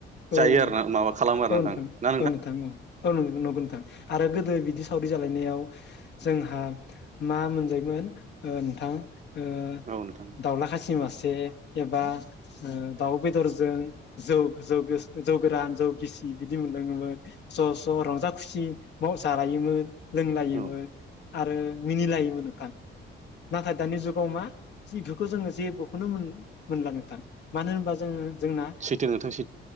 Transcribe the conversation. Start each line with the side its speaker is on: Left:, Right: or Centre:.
Left: औ
Right: जायो
Left: औ
Right: आरोना माबा खालामो आरो
Left: नोंथां
Right: ना
Left: औ नोंथां औ औ नंग नंगौ नोंथां आरो गोदो बिदि सावरि जालायनायाव जोंहा मा मोनजायमोन ओ नोंथां ओ
Right: औ नोंथां
Left: दाउला खासि मासे जे एबा ओ दाउ बेदरजों जौ जौ जौ गोरान जौ गिसि बिदि मोनलोङोमोन ज' ज' रंजा खुसि माव जालायोमोन लोंलायोमोन
Right: औ
Left: आरो मिनिलायोमोन नोंथां नाथाय दानि जुगाव मा जि बेफोरखौ जोङो जेबोखौनो मोनला नोंथां मानो होनबा जोङो जोंना
Right: सैथो नोंथां सै